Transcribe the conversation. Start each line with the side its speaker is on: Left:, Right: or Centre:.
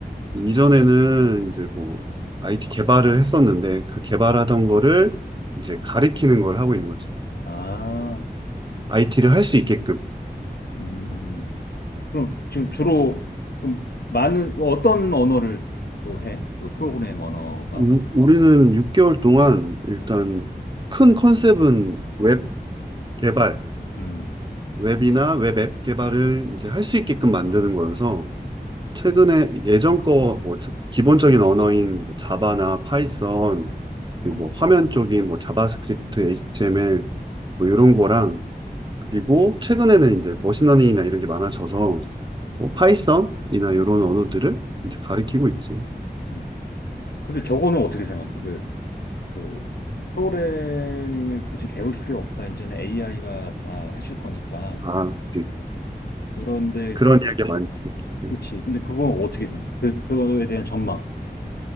Right: 이전에는 이제 뭐 IT 개발을 했었는데 그 개발하던 거를 이제 가리키는 걸 하고 있는 거지.
Left: 아,
Right: IT를 할 수 있게끔.
Left: 음. 음. 그럼 지금 주로, 그럼 많은, 어떤 언어를 또 해? 그 프로그램 언어가?
Right: 우- 우리는 6개월 동안 일단 큰 컨셉은 웹 개발,
Left: 음.
Right: 웹이나 웹앱 개발을 이제 할 수 있게끔 만드는 거여서 최근에 예전 거 뭐 기본적인 언어인 뭐 자바나 파이썬 그리고
Left: 음,
Right: 뭐 화면 쪽인 뭐 자바스크립트, HTML 뭐 이런 거랑 그리고 최근에는 이제 머신러닝이나 이런 게 많아져서 뭐 파이썬이나
Left: 음,
Right: 이런 언어들을 이제 가리키고 있지.
Left: 음. 근데 저거는 어떻게 생각해? 그, 그, 프로그래밍을 굳이 배울 필요 없다. 이제는 AI가 다 해줄 거니까.
Right: 아, 그치.
Left: 그런데,
Right: 그런 이야기 많지. 네.
Left: 그렇지. 근데 그건 어떻게 생각해? 그, 그거에 대한 전망.